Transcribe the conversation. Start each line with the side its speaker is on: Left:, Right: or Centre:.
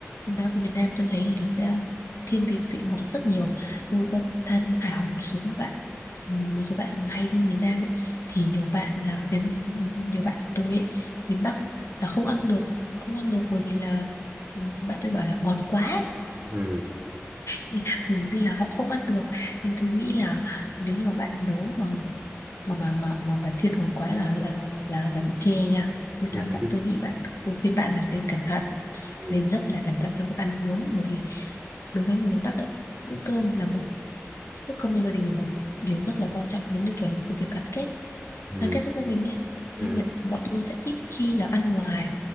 Left: ăn bá của Việt Nam tôi thấy thì nó sẽ thiên về vị ngọt rất nhiều tôi có tham khảo một số bạn một số bạn hay đi miền Nam ấy thì nhiều bạn là miền nhiều bạn tôi ấy miền Bắc là không ăn được không ăn được bởi vì là ừ, bạn tôi bảo là ngọt quá
Right: ừ
Left: nên, Ừ, nên là họ không ăn được nên tôi nghĩ là nếu như mà bạn nấu mà mà mà mà mà, mà thiên ngọt quá là là là là, là bị chê nha nên
Right: ừ
Left: là bạn tôi nghĩ bạn tôi khuyên bạn là nên cẩn thận
Right: ừ
Left: nên rất là cẩn thận trong việc ăn uống bởi vì đối với người miền Bắc ấy, bữa cơm là một bữa cơm trong gia đình là một điều rất là quan trọng giống như kiểu là một cái việc gắn kết
Right: ừ
Left: gắn kết giữa gia đình ấy
Right: ừ
Left: nên là bọn tôi sẽ ít khi là ăn ngoài